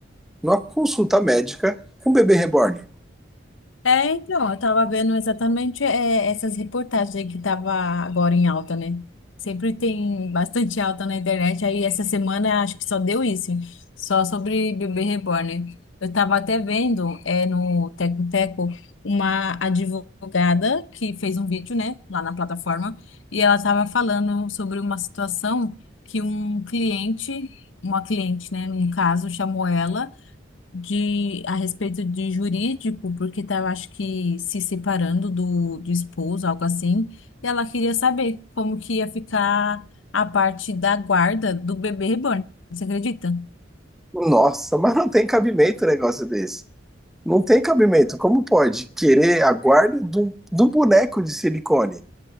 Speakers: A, in the centre; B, on the left.
A: numa consulta médica com um bebê reborn?
B: É, então, eu tava vendo exatamente é, essas reportagens aí que tava agora em alta, né? Sempre tem bastante alta na internet, aí essa semana acho que só deu isso, só sobre bebê reborn. Eu tava até vendo é, no Teco Teco uma advogada que fez um vídeo, né, lá na plataforma, e ela tava falando sobre uma situação que um cliente, uma cliente, né, num caso, chamou ela de a respeito de jurídico, porque estava, acho que, se separando do, do esposo, algo assim, e ela queria saber como que ia ficar a parte da guarda do bebê reborn. Você acredita?
A: Nossa, mas não tem cabimento um negócio desse. Não tem cabimento. Como pode querer a guarda de um de um boneco de silicone?